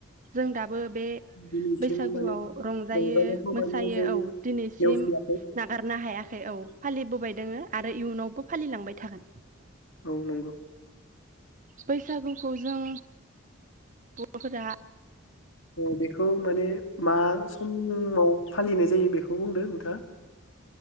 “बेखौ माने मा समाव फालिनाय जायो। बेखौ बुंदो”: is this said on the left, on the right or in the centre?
Left